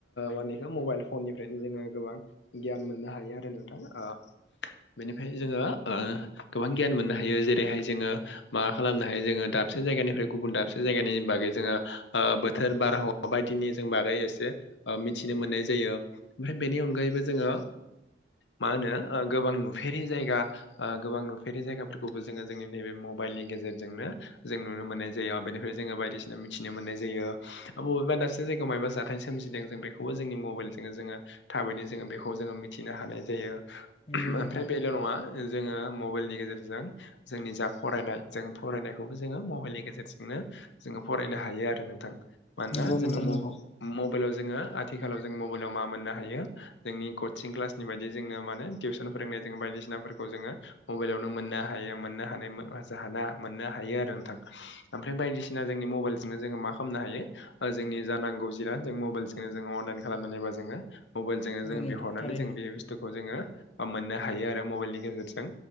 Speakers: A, on the left (about 85°); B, on the left (about 35°).
A: मानिखौ मबाइल फननि फ्रायनो जोङो गोबां गियान मोननो हायो आरो नोंथां। ओ बेनिफ्राय जोङो ओ गोबां गियान मोननो हायो जेरैहाय जोङो माबा खालामनो हायो जोङो दाब दाबसे जायगानिफ्राय गुबुन दाबसे जायगानि बागै जोङो बोथोर बारहावा बायदिनि जों बागै एसे ओ मिथिनो मोननाय जायो ओमफ्राय बेनि अनगायैबो जोङो मा होनो ओ गोबां नुफेरि जायगा गोबां नुफेरि जायगाफोरखौबो जोङो जोंनि नैबे म बाइलनि गेजेरजोंनो जों नुनो मोननाय जायो बेनिफ्राय जोङो बायदिसिना मिथिनो मोननाय जायो। बबेबा दाबसे जायगायाव मायबा जाथाय सोमजिदों जों बेखौबो जोंनि मबेलजोंनो जोङो थाबैनो जोङो बेखौ जोङो मिथिनो नो हानाय जायो।
B: नंगौ नोंथां
A: ओमफ्राय बेल' नङा जोङो मबेलनि गेजेर जों जोंनि जा फरायनाय जों फरायनायखौबो जोङो मबाइलनि गेजेरजोंनो जोङो फरायनो हायो। नोंथां मानोना
B: नंगौ
A: जोङो
B: नोंथां
A: मा
B: नंगौ
A: मबेलाव जोङो आथिखालाव जों मबेलाव मा मोननो हायो जोंनि कसिं क्लासनि बायदि जोङो माने टिउसन फोरोंनाय जोङो बायदिसिनाफोरखौ जोङो मबाइलावनो मोननो हायो। मानोना जाहोना मोननो हायो आरो नोंथां। ओमफ्राय बायदिसिना जोंनि मबाइलजोंनो जोङो मा खालामनो हायो जोंनि जानांगौ जिराद जों मबाइलजोंनो जोङो अनलाइन खालामनानै बा जोङो मबाइल जोंनो
B: नंगौ
A: जोो
B: नोंथां
A: बिहरनानै
B: थारैनो
A: जों बे बुस्थुखौ जोङो मोननो हायो। हायो आरो मबाइलनि गेजेरजों